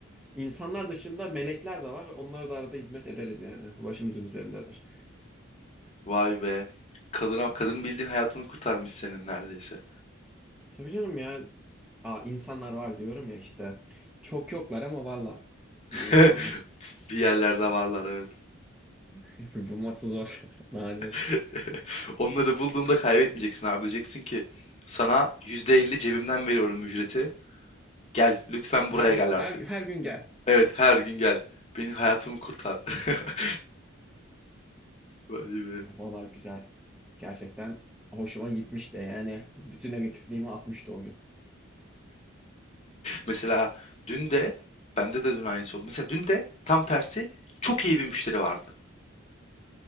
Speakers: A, in the centre; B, on the left.
A: insanlar dışında melekler de var. Onlara da arada hizmet ederiz yani. Başımızın üzerindeler.
B: Vay be. Kadına, kadının bildiğin hayatını kurtarmış senin neredeyse.
A: Tabii canım ya. Aa, insanlar var diyorum ya işte. Çok yoklar ama varlar.
B: <laughs>
A: İyi insanlar.
B: Bir yerlerde varlar evet.
A: <laughs> Bulması zor. <laughs> Nadir.
B: <laughs> Onları bulduğunda kaybetmeyeceksin abi. Diyeceksin ki sana %50 cebimden veriyorum ücreti. Gel lütfen buraya
A: Her gün
B: gel
A: her,
B: artık.
A: gün- her gün gel.
B: Evet her gün gel. Beni hayatımı kurtar. <laughs> Vay be.
A: Valla güzel. Gerçekten hoşuma gitmişti yani. Bütün negatifliğimi atmıştı o gün.
B: Mesela dün de bende de dün aynısı oldu. Mesela dün de tam tersi çok iyi bir müşteri vardı.